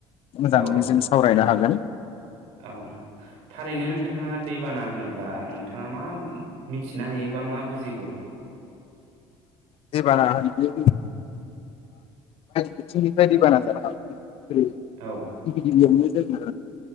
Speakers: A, on the left (about 60°); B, on the right (about 80°).
A: मोजाङै
B: औ
A: जों सावरायनो हागोन।
B: औ थारैनो नोंथाङा दैबाना होनोब्ला नोंथाङा मा मिथिनो हायोबा मा बुजिगौ?
A: दैबाना <unintelligible> बायदि बिथिंनिफ्राय दैबाना जानो हागौ। <unintelligible>
B: औ
A: गिबि गिबियावनो जोङो